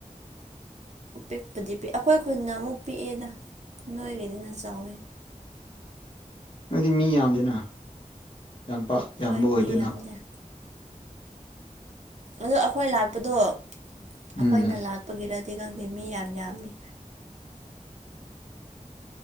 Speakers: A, on the right; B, on the left.
A: ꯄꯤꯛꯄꯗꯤ ꯄꯤ ꯑꯩꯈꯣꯏ ꯈꯨꯈꯣꯏꯅ ꯑꯃꯨꯛ ꯄꯤꯛꯑꯦꯗ ꯅꯣꯏꯒꯤꯗꯤꯅ ꯆꯥꯎꯋꯤ
B: <unintelligible> ꯅꯣꯏꯗꯤ ꯃꯤ ꯌꯥꯝꯗꯦꯅ ꯌꯥꯝ
A: ꯑꯩꯈꯣꯏ
B: ꯌꯥꯝꯕ ꯑꯣꯏꯗꯣꯏꯅ
A: ꯃꯤ ꯌꯥꯝꯗꯦ ꯑꯗꯣ ꯑꯩꯈꯣꯏ ꯂꯥꯛꯄꯗꯣ ꯑꯩꯈꯣꯏꯅ
B: ꯎꯝ
A: ꯂꯥꯛꯄꯒꯤꯔꯗꯤ ꯈꯗꯤ ꯈꯪꯗꯦ ꯃꯤ ꯌꯥꯝ ꯌꯥꯝꯃꯤ